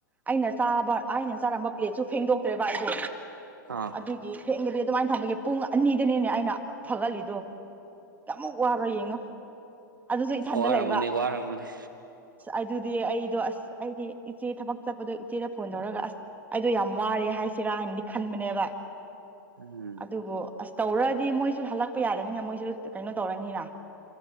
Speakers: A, on the right; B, on the right.
A: ꯑꯩꯅ ꯆꯥꯕ ꯑꯩꯅ ꯆꯥꯔꯝꯕ ꯄ꯭ꯂꯦꯠꯁꯨ ꯐꯦꯡꯗꯣꯛꯇ꯭ꯔꯦꯕ ꯑꯩꯗꯣ
B: ꯑꯥ
A: ꯑꯗꯨꯒꯤ ꯐꯦꯡꯗꯕꯤ ꯑꯗꯨꯃꯥꯏꯅ ꯊꯝꯕꯒꯤ ꯄꯨꯡ ꯑꯅꯤꯗꯅꯤꯅꯦ ꯑꯩꯅ ꯐꯒꯠꯂꯤꯗꯣ ꯑꯃꯨꯛ ꯋꯥꯕ꯭ꯔꯥ ꯌꯦꯡꯉꯣ ꯑꯗꯨꯁꯨ ꯏꯊꯟꯗ
B: ꯋꯥꯔꯝꯒꯅꯤ
A: ꯂꯩꯕ
B: ꯋꯥꯔꯝꯒꯅꯤ
A: ꯑꯗꯨꯗꯤ ꯑꯩꯗꯣ ꯑꯁ ꯑꯩꯒꯤ ꯏꯆꯦ ꯊꯕꯛ ꯆꯠꯄꯗꯣ ꯏꯆꯦꯗ ꯐꯣꯟ ꯇꯧꯔꯒ ꯑꯁ ꯑꯩꯗꯣ ꯌꯥꯝ ꯋꯥꯔꯦ ꯍꯥꯏꯁꯤꯔꯥ ꯍꯥꯏꯅꯗꯤ ꯈꯟꯕꯅꯦꯕ
B: ꯎꯝ
A: ꯑꯗꯨꯕꯨ ꯑꯁ ꯇꯧꯔꯗꯤ ꯃꯣꯏꯁꯨ ꯍꯜꯂꯛꯄ ꯌꯥꯗꯕꯅꯤꯅ ꯃꯣꯏꯁꯨ ꯀꯩꯅꯣ ꯇꯧꯔꯅꯤꯅ